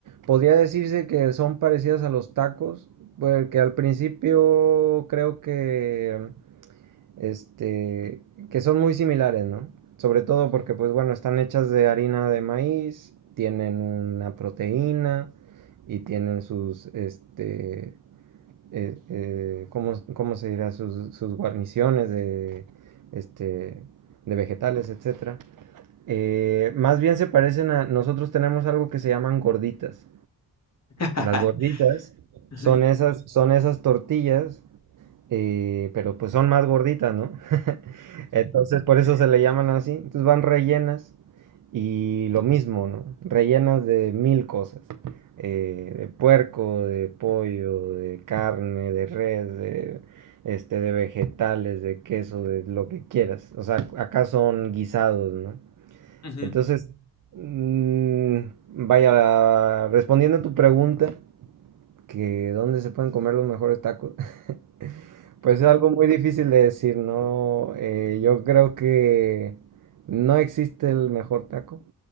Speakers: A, on the right; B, on the left.
A: podría decirse que son parecidas a los tacos, porque al principio creo que este, que son muy similares, ¿no? Sobre todo porque, pues bueno, están hechas de harina de maíz, tienen una proteína y tienen sus, este, eh, eh, ¿cómo, cómo se dirá? Sus, sus guarniciones de, este, de vegetales, etcétera. Eh, más bien se parecen a, nosotros tenemos algo que se llaman gorditas.
B: <laughs>
A: Las gorditas
B: Ujú,
A: son esas, son esas tortillas eh, pero pues son más gorditas, ¿no? <laughs> Entonces por eso se le llaman así. Entonces van rellenas y lo mismo, ¿no? Rellenas de mil cosas. eh, de puerco, de pollo, de carne, de res, de, este, de vegetales, de queso, de lo que quieras. O sea, acá son guisados, ¿no?
B: ujú,
A: Entonces, mm, vaya, respondiendo a tu pregunta, que dónde se pueden comer los mejores tacos. <laughs> Pues es algo muy difícil de decir, ¿no? Eh, yo creo que no existe el mejor taco,